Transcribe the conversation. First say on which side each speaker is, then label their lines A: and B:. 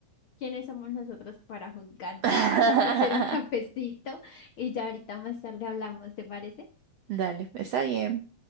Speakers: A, on the left (about 65°); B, on the right (about 75°).
A: ¿quiénes somos nosotros para juzgar? Yo
B: <laughs>
A: me voy a ir a hacer un cafecito y ya ahorita más tarde hablamos, ¿te parece?
B: Dale, está bien.